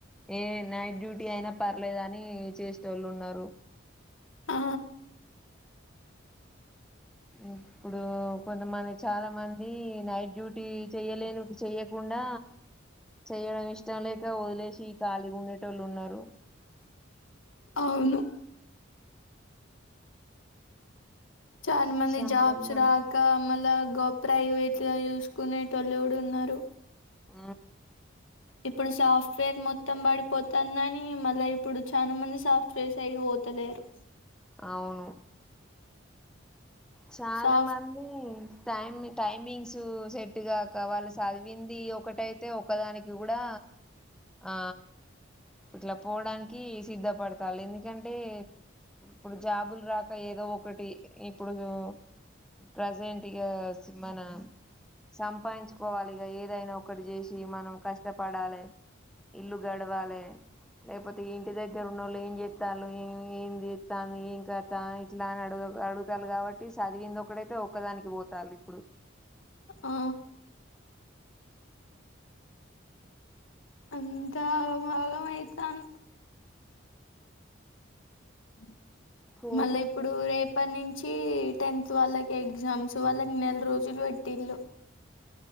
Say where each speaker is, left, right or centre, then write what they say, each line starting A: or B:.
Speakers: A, in the centre; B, on the left.
A: ఏ నైట్ డ్యూటీ అయినా పర్లేదు అని చేస్తే వాళ్ళు ఉ న్నారు
B: ఆ
A: ఇప్పుడు కొంతమంది చాలా మంది అ నైట్ డ్యూటీ చెయ్యలేను చెయ్యకుండా చెయడం ఇష్టం లేక వదిలేసి ఖళీ ఉండేటోళ్ళు ఉన్నారు
B: అవును చా మని
A: చాలా
B: జాబ్స్
A: మంది
B: రాక మల గప్ ప్రైవేట్ గా చూసుకునే టలిడు ఉన్నారు
A: ఆ
B: ఇప్పుడు సాఫ్ట్వేర్ మొత్తం పడిపోతానుని మళ్ళీ ఇప్పుడు చాలా మంది సాఫ్ట్వేర్ సైడ్ పోతలేరు
A: అవును చాలా
B: సాఫ్ట్
A: మంది టైమ్ టైమింగ్స్ సెట్గాక వాళ్ళు చదివింది ఒకటైతే ఒకదానికి కూడా ఆ ఇట్లా పోవడానికి సిద్ధపడతారుి ఎందుకంటే ఇప్పుడు జాబులు రాక ఏదో ఒకటి ఎప్పుడ్దో ప్రెజెంట్ యోస్ మన సంపాయిన్చుకోవాలిగా ఏదైనా ఒకటి చేసి మనం కష్టపడాలి ఇల్లు గడవాలి లేకపోతే ఇంటి దగ్గర ఉన్నోళ్ళు ఏం చెప్తాలు ఏ ఏమ్ చెప్తాన్ది ఏం కథ ఇట్లా అని అడుగుడుగు ఆడుక్ చుట్టాలు కాబట్టి చదివింది ఒకడైతే ఒక్కదానికి పోతారు ఇప్పుడు
B: ఆ అంత ఆగా ఆగామైతాంది హ్మ్
A: పోటీ
B: మళ్ళా ఇప్పుడు రేపనీ నుంచి నుంచి టెన్త్ వాళ్ళకి ఎగ్జామ్స్ వాళ్ళకి నెల రోజులు పెట్టిళ్ళు